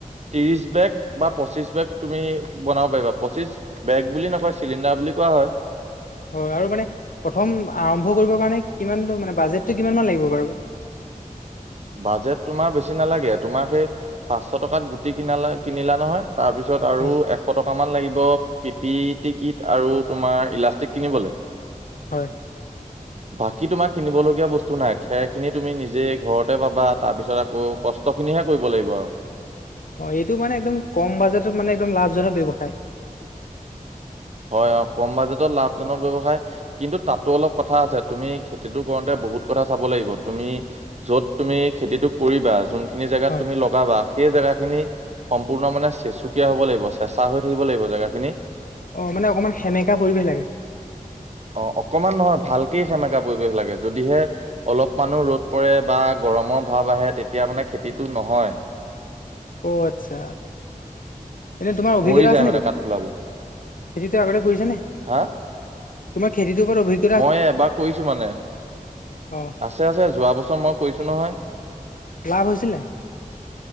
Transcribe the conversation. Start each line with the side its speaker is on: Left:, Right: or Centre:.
Right: ত্ৰিশ বেগ বা পঁচিশ বেগ তুমি বনাব পাৰিবা। পঁচিশ বেগ বুলি নকয় চিলিণ্ডাৰ বুলি কোৱা হয়।
Left: হয় আৰু মানে প্ৰথম আৰম্ভ কৰিবৰ কাৰণে কিমানটো মানে বাজেটটো কিমান মান লাগিব বাৰু?
Right: বাজেট তোমাৰ বেছি নালাগে। তোমাৰ সেই পাঁচশ টকাত গুটি কিনালা কিনিলা নহয়। তাৰপিছত আৰু
Left: হয়
Right: এ- এশ টকা মান লাগিব। পি পি টি কিট আৰু তোমাৰ ইলাষ্টিক কিনিবলে।
Left: হয়।
Right: বাকী তোমাক কিনিব লগীয়া বস্তু নাই। খেৰ খিনি তুমি নিজেই ঘৰত তে পাবা, তাৰ পিছত আকৌ কষ্ট খিনিহে কৰিব লাগিব আৰু।
Left: অঁ এইটো মানে একদম কম বাজেটত মানে একদম লাভজনক ব্যৱসায়।
Right: হয় অঁ কম বাজেটত লাভজনক ব্যৱসায়। কিন্তু তাতো অলপ কথা আছে, তুমি খেতিটো কৰোঁতে বহুত কথা চাব লাগিব। তুমি য'ত তুমি খেতিটো কৰিবা, যোনখিনি জেগাত
Left: হয়
Right: তুমি লগাবা। সেই জেগাখিনি সম্পূৰ্ণ মানে চেচুকীয়া হ'ব লাগিব, চেঁচা হৈ থাকিব লাগিব জেগাখিনি।
Left: অঁ মানে অকমান সেমেকা পৰিৱেশ লাগে।
Right: অঁ অকমান নহয় ভালকে সেমেকা পৰিৱেশ লাগে। যদিহে অলপ মানো ৰ'দ পৰে বা গৰমৰ ভাৱ আহে তেতিয়া মানে খেতিটো নহয়। <inaudible>
Left: অঁ আচ্ছা। এনেই তোমাৰ অভিজ্ঞতা
Right: মৰি যায়
Left: আছে নি
Right: মানে
Left: বাৰু?
Right: কাঠফুলাবোৰ
Left: খেতিটো আগতে কৰিছা নে?
Right: হা
Left: তোমাৰ খেতিটোৰ ওপৰত অভিজ্ঞ-
Right: মই এই এবাৰ কৰিছোঁ মানে।
Left: অ
Right: আছে আছে যোৱা বছৰ মই কৰিছোঁ নহয়।
Left: লাভ হৈছিল নাই